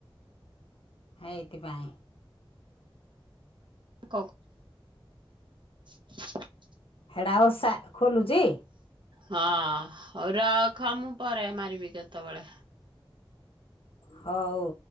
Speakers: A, on the left; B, on the right.
A: ହେଇଥି ପାଇଁ।
B: କ <inaudible>
A: ହେଡ଼ା ଓଷା ଖୋଲୁଚି?
B: ହଁ ହଉ ରଖ ମୁଁ ପରେ ମାରିବି କେତେବୋଳେ।
A: ହଉ।